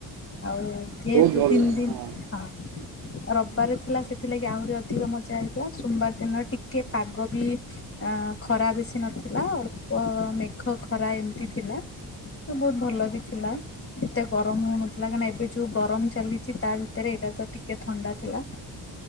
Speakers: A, on the left; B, on the right.
A: ଆଉ ଆଉ ଯେହେତୁ
B: ବହୁତ ଭଲ
A: ତିନ
B: ଲାଗେ।
A: ଦିନ
B: ହଁ
A: ହଁ ରବିବାର ଥିଲା ସେଥିଲାଗି ଆହୁରି ଅଧିକ ମଜା ହେଇଥିଲା। ସୋମବାର ଦିନ ଟିକେ ପାଗ ବି ଅ ଖରା ବେଶୀ ନଥିଲା ଅଳ୍ପ ମେଘ ଖରା ଏମିତି ଥିଲା। ତ ବହୁତ ଭଲ ବି ଥିଲା। ଏତେ ଗରମ ହଉନଥିଲା କାହିଁକିନା ଏବେ ଯୋଉ ଗରମ ଚାଲିଛି ତା ଭିତରେ ଏଇଟା ତ ଟିକେ ଥଣ୍ଡା ଥିଲା।